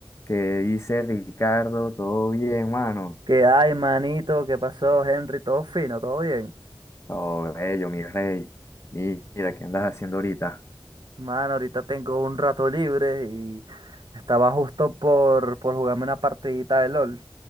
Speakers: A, on the left (about 30°); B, on the right (about 55°).
A: que dice Ricardo? ¿Todo bien, mano?
B: ¿Qué hay, manito? ¿Qué pasó, Henry? ¿Todo fino? ¿Todo bien?
A: Todo bello, mi rey. Mira, ¿qué andas haciendo ahorita?
B: Mano, ahorita tengo un rato libre y estaba justo por, por jugarme una partidita de LOL.